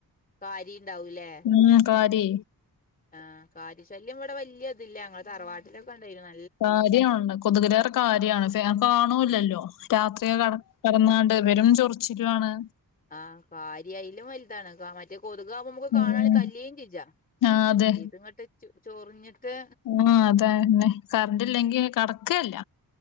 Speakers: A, on the left; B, on the left.
A: കാരിണ്ടാവൂലെ?
B: ഹമ് കാരി.
A: ആഹ് കാരി ശല്യം ഇവിടെ വല്യ വ്ടെ തറവാട്ടിലൊക്കെണ്ടെര്ന്നു ന
B: കാരിയാണ് കൊതുകലേറെ കാര്യണ് കാണൂല്ലല്ലോ രാത്രിയ ക കിടന്നാണ്ട് പെരും ചോറിച്ചിലാണ്
A: ആഹ് കാരിആയിലും വലുതാണ് മറ്റ ടറ്റെ കൊതുകവുമ്പ നമുക്ക്
B: ഉം
A: കാണാൻ തല്ലിയേം ചിജാ
B: ആഹ് അതെ
A: ഇത് ഇങ്ങോട്ട് ച ചൊറിഞ്ഞിട്ട്
B: മ്ഹ് അതന്നെ കറന്റ്ല്ലെങ്കി കട്ക്കെല്ല.